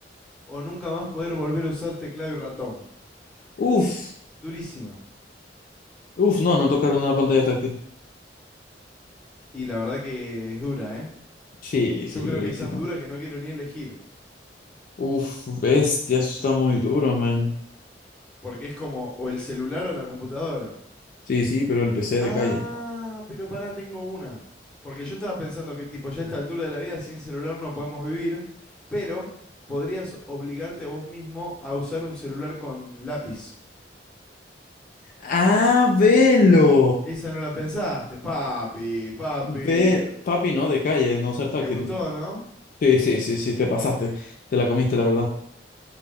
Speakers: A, in the centre; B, on the left (about 50°).
A: o nunca más poder volver a usar teclado y ratón.
B: uf,
A: Durísima.
B: uf. No, no tocaron una pantalla táctil.
A: Y la verdad que es dura, ¿eh?
B: Sí,
A: Yo
B: sí, durísimo.
A: creo que es tan dura que no quiero ni elegir.
B: Uf, bestia, eso está muy duro, man.
A: Porque es como o el celular o la computadora.
B: Sí, sí, pero el PC
A: Ah,
B: de calle.
A: pero para tengo una. Porque yo estaba pensando que tipo, ya a esta altura de la vida sin celular no podemos vivir, pero podrías obligarte a vos mismo a usar un celular con lápiz.
B: Ah, velo.
A: Esa no la pensaste, papi, papi.
B: Ve, papi, no, de calle, no ser táctil.
A: ¿Te gustó, no?
B: Sí, sí, sí, sí, te pasaste. Te la comiste, la verdad.